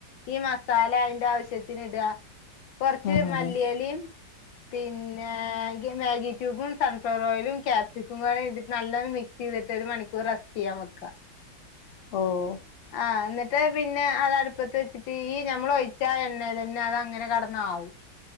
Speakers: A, on the left; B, on the left.
A: ഈ മസാല അയിന്റെ ആവശ്യത്തിന് ഇട. കൊർച്ച്
B: ഉം ഉം
A: മല്ലിയലിം
B: ഉം
A: പിന്നേ ഗി മാഗി ക്യുബും സൺഫ്ലവർ ഓയിലും ക്യാപ്സിക്കും പാടെ ഇട് നല്ലാണം മിക്സ് ചെയ്തിട്ട് ഒരു മണിക്കൂർ റസ്റ്റ് ചെയ്യാൻ വെക്ക.
B: ഓഹ്
A: ആഹ് എന്നിട്ട് പിന്നെ അത് അടുപ്പത്ത് വെച്ചിട്ട് ഈ ഞമ്മൾ ഒഴിച്ചാ എണ്ണേലന്നെ അത അങ്ങനെ കട്ന്ന ആവും.